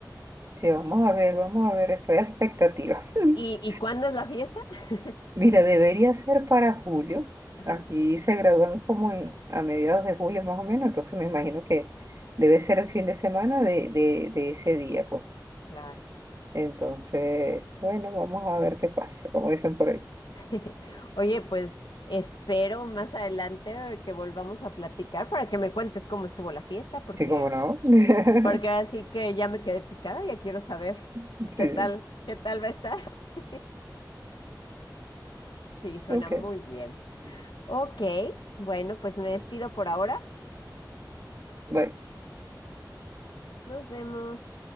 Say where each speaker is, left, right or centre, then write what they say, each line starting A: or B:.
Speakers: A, on the right; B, on the left.
A: sí, vamos a ver, vamos a ver, estoy a la expectativa. <laughs>
B: ¿Y, y cuándo es la fiesta? <laughs>
A: Mira, debería ser para julio.
B: Ajá,
A: Aquí se gradúan como en- a mediados de julio más o menos, entonces me imagino que debe ser el fin de semana de, de, de ese día, pues.
B: claro.
A: Entonces, bueno, vamos a ver qué pasa, como dicen por ahí.
B: <laughs> Oye, pues espero más adelante eh, que volvamos a platicar para que me cuentes cómo estuvo la fiesta, porque
A: Sí, como no. <laughs>
B: Porque así que ya me quedé picada, ya quiero saber
A: Sí,
B: qué tal, qué tal va a estar. <laughs> Sí, suena
A: ok.
B: muy bien. Ok, bueno, pues me despido por ahora.
A: bye.
B: Nos vemos.